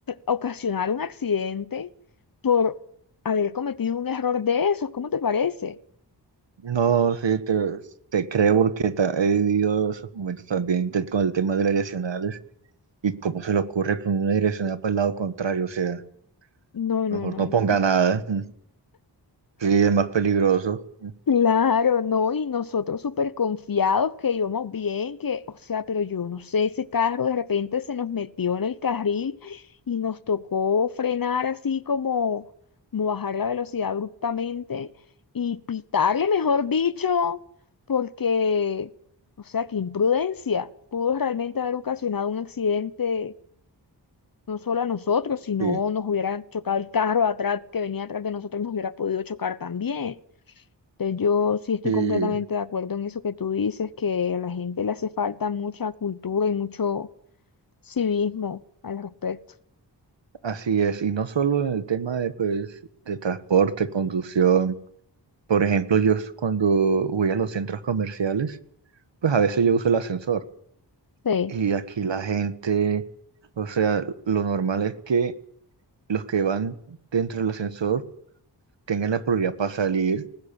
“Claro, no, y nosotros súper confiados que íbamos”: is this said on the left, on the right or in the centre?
Left